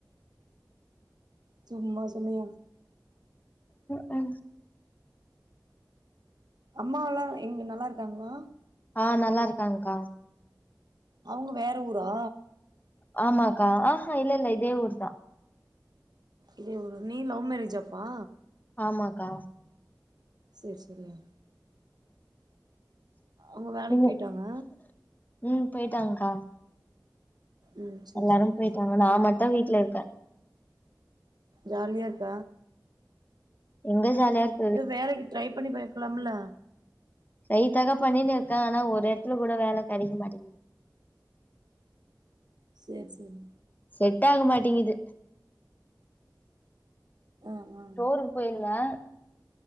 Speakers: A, on the right (about 65°); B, on the left (about 25°).
A: சும்மா சொன்னய்யா
B: அ
A: அம்மாலா எங்க நல்லா இருக்காங்ளா
B: அ நல்லா இருக்காங்க்கா
A: அவுங்க வேற ஊரா
B: ஆமாக்கா ஆஹா இல்ல இல்ல இதே ஊர்தா
A: இதே ஊரு நீ லவ் மேரேஜாப்பா
B: ஆமாக்கா
A: சேரி சேரியா அவங்க வேலைக்கு
B: இல்ல
A: போயிட்டாங்க
B: ம் போயிட்டாங்க்கா
A: ம் சேரி
B: எல்லாரு
A: சேரிப்பா
B: போயிட்டாங்க நா மட்டு வீட்ல இருக்க
A: ஜாலியா இருக்க
B: எங்க ஜாலியா இருக்
A: எதா வேலைக்கு ட்ரை பண்ணி பாக்கலாம்ல
B: ட்ரை தாக்கா பண்ணினு இருக்க ஆனா ஒரு எடத்துல கூட வேல கெடைக்க மாட்டிகிது
A: சேரி சேரி
B: செட்டாக மாட்டேங்கிது
A: ஆ ஆ
B: ஸ்டோருக்கு போயிருந்த